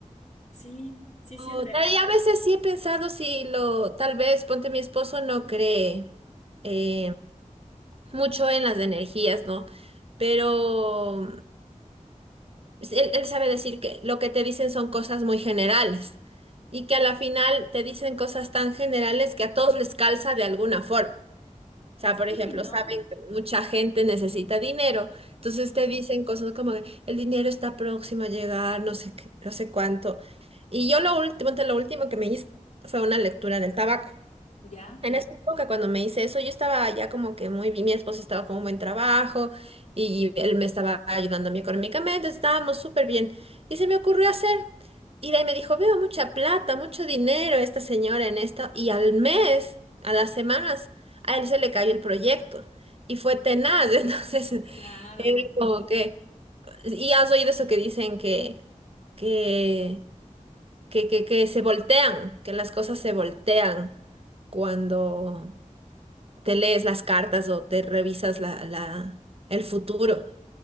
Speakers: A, on the left; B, on the right.
A: Sí, sí,
B: O-
A: sí es real.
B: Y a veces sí he pensado si lo, tal vez, ponte mi esposo no cree eh,
A: Ujú.
B: mucho en las energías, ¿no? Pero Pues, Él, él sabe decir que lo que te dicen son cosas muy generales y que a la final te dicen cosas tan generales que a todos les calza de alguna forma. O sea,
A: Sí,
B: por ejemplo,
A: y no.
B: saben que mucha gente necesita dinero, entonces
A: Ujú.
B: te dicen cosas como que el dinero está próximo a llegar, no sé qué, no sé cuánto. Y yo lo último, lo último que me hice fue una lectura del tabaco.
A: ¿Ya?
B: En esa época, cuando me hice eso, yo estaba ya como que muy bien, mi esposo estaba con un buen trabajo y él me estaba ayudando a mí económicamente, estábamos súper bien. Y se me ocurrió hacer, y de ahí me dijo, veo mucha plata, mucho dinero esta señora en esto, y al mes, a las semanas, a él se le cayó el proyecto y fue tenaz, <laughs> entonces,
A: Claro.
B: él como que, y has oído eso que dicen que, que, que, que, que se voltean, que las cosas se voltean cuando te lees las cartas o te revisas la, la- el futuro.